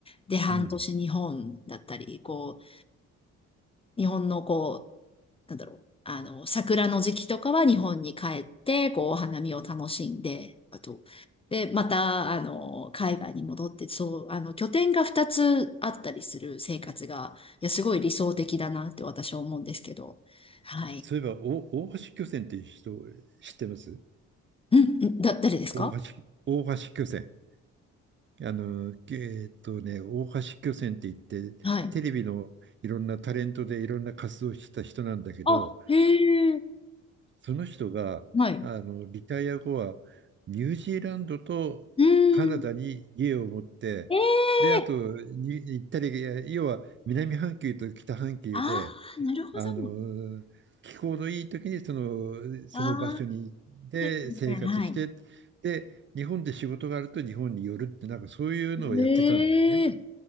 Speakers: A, on the left; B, on the right.
A: で半年日本だったり、
B: うん。
A: こう、日本のこう、なんだろう、あの、桜の時期とかは日本に帰って、こう、お花見を楽しんで、あと、で、また、あの、海外に戻って、そう、あの、拠点が2つあったりする生活が、いや、すごい理想的だなって私は思うんですけど、はい。
B: そういえば、お大橋巨船っていう人知ってます
A: うん、うんだ、誰ですか
B: 大橋、大橋巨船。あの、えーっとね、大橋巨泉って言って、
A: はい。
B: テレビのいろんなタレントでいろんな活動をしてた人なんだけど、
A: あ、へえ、
B: その人があのリタイア後はニュージーランドとカナダに家を持って、
A: はい。うん、え
B: で、あとに行ったり、
A: え
B: いや要は南半球と北半球で、
A: ああー、なるほど。
B: あの、気候のいい時にその、その場所にで生活して、
A: ああ、ですね。はい。
B: で、日本で仕事があると日本に寄るって、なんかそういうのをやってたんだよね。
A: へえ